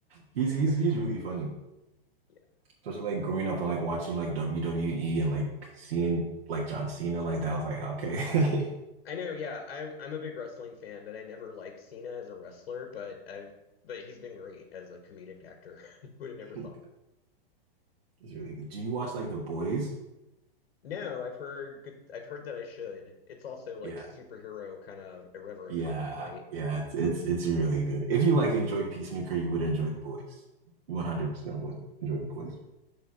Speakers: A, on the right (about 85°); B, on the left (about 75°).
A: He's
B: So
A: he's
B: good.
A: he's really funny.
B: Yeah.
A: Especially like growing up and like watching like WWE and like seeing like John Cena like that was like okay.
B: I know, yeah. I'm I'm a big wrestling fan, but I never liked Cena as a wrestler, but I've but he's been great as a comedic actor. <laughs> Would have never
A: <laughs>
B: thought.
A: It's really good. Do you watch like The Boys?
B: No, I've heard good I've heard that I should. It's also like
A: Yeah.
B: superhero kind of irreverent
A: Yeah.
B: comedy, right?
A: Yeah, it's it's it's really good. If you like enjoy Peacemaker, you would enjoy The Boys. You 100% would enjoy The Boys.